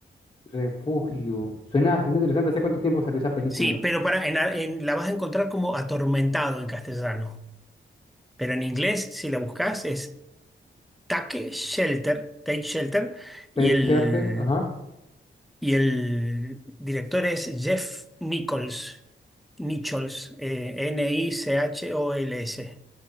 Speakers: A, on the left; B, in the centre.
A: Refugio. Suena bastante interesante. ¿Hace cuánto tiempo salió esa película?
B: Sí, pero para, en, a- en- la vas a encontrar como atormentado en castellano, pero en inglés, si la buscas, es Take Shelter, Take Shelter, y
A: Tate
B: el,
A: Charter, ajá.
B: y el director es Jeff Nichols. Nichols, eh, N-I-C-H-O-L-S.